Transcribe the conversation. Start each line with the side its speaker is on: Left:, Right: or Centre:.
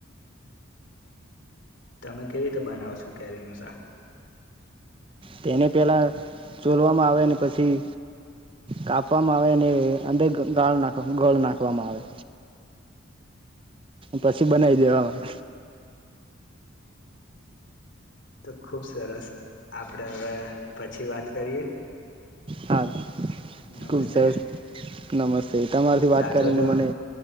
Left: તમે કેવી રીતે બનાવ છો કેરીનું શાક?
Right: તેને પહેલાં ચોલવામાં આવેને પછી કાપવામાં આવે અને અંદર ગાળ નાખ ગળ નાખવામાં આવે. પછી બનાવી દેવાવામાં.
Left: તો ખુબ સરસ, આપણે હવે પછી વાત કરીએ.
Right: હા
Left: નમસ્તે
Right: ખુબ સરસ નમસ્તે તમારાથી વાત
Left: સાચવજો
Right: કરીને મને